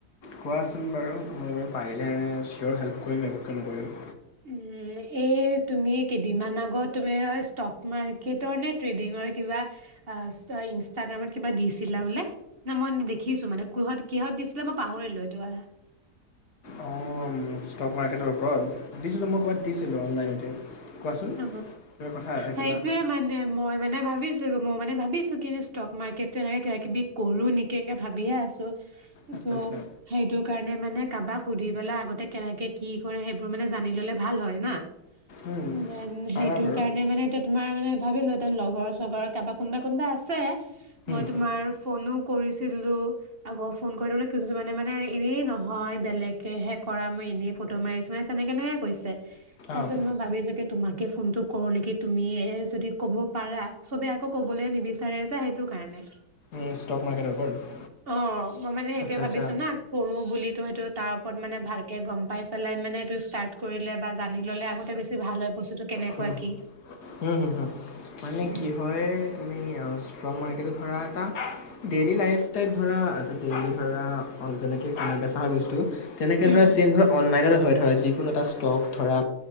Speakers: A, on the left; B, on the right.
A: কোৱাচোন বাৰু মই বাৰু পাৰিলেহে চিয়'ৰ হেল্প কৰিম আকৌ কিয় নকৰিম
B: উম, এই তুমি কেইদিনমান আগত তুমি ষ্টক মাৰ্কেটৰ নে ট্ৰেডিংৰ কিবা আহ, ইনষ্টাগ্ৰামত কিবা দিছিলা বোলে, না মই দেখিছো মানে, কিহত দিছিলা মই পাহৰিলো সেইটো কথা
A: অঁ ষ্টক -মাৰ্কেটৰ ওপৰত দিছিলোঁ মই ক'ৰবাত দিছিলোঁ অনলাইনতে। কোৱাচোন
B: অ
A: কিবা কথা কিবা
B: সেইটোয়ে মানে মই মানে ভাবিছোঁ। মই মানে ভাবিছোঁ কিন্তু ষ্টক মাৰ্কেটতটো এনেকে কিবাকিবি কৰো নেকি এনেকে ভাবিহে আছোঁ।
A: আচ্ছা
B: ত',
A: আচ্ছা
B: সেইটো কাৰণে মানে, কাবাক সুধি পেলাই আগতে কেনেকে কি কৰে সেইবোৰ মানে জানি ললে ভাল হয় না
A: উম,
B: উ
A: পাৰা
B: সেইটো
A: বাৰু
B: কাৰণে মানে এ তোমাৰ মানে। ভাবিলো এতিয়া লগৰ -চগৰ কাৰবা কোনোবা- কোনোবা আছে।
A: উম,
B: মই তোমাৰ ফনো কৰিছিলোঁ আগৌ ফোন কৰি ন কিছু মানে ', -মানে এনেই নহয় বেলেগকেহে কৰা মই এনেই ফটো মাৰিছোঁ, মানে তেনেই কেনেকে কৰিছে। তাৰপিছত
A: অ',
B: মই ভাবি আছোঁ। তোমাকে ফোনতটো কৰো নেকি তুমি যদি ক'ব পাৰা চবে আকৌ কবলৈ নিবিচাৰে যে সেইটো কাৰণে
A: উ ষ্টক মাৰ্কেটৰ ওপৰত
B: অ মই মানে সেইটোয়ে
A: আচ্ছা আচ্ছা
B: ভাবিছোঁ না কৰো বুলি সেইটো তাৰ ওপৰত মানে ভালকে গম। পাই -পেলাই মানে এইটো ষ্টাৰ্ট কৰিলে বা জানি ল'লে আগতে বেছি ভাল হয়, বস্তুটো কেনেকুৱা
A: হম্
B: কি
A: ', হু -হু -হু মানে
B: উম
A: কি হয় তুমি ষ্ট্ৰক-মাক, সেইটো ধৰা এটা ডেইলি লাইফ টাইপ ধৰা এটা ডেইলি ধৰা যেনেকৈ কিনা বেচা হয় বস্তু তেনেকে
B: উম,
A: ধৰে চেইন ধৰ অনলাইনে হয় ধ হয় যিকোনো এটা ষ্টক। ধৰা